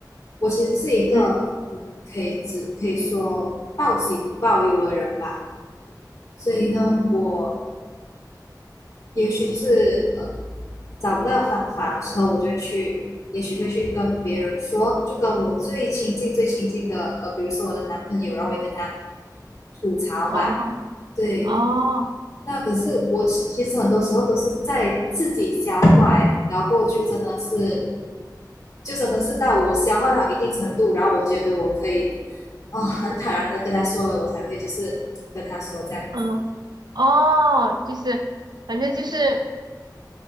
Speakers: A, on the left; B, on the right.
A: 我其实是一个，
B: 嗯，
A: 嗯，可以只可以说报喜不报忧的人吧。所以呢，我也许就是呃，找不到方法的时候，我就会去，也许会去跟别人说，就跟我最亲近、最亲近的，呃，比如说我的男朋友，然后我会跟他吐槽吧，
B: 哦
A: 对。
B: 哦，
A: 那可是我其实很多时候都是在自己消化，哎，然后过后就真的是，就真的是到我消化到一定程度，然后我觉得我可以，哦，很坦然的跟他说了，我才会就是跟他说这样子。
B: 嗯哦，就是反正就是。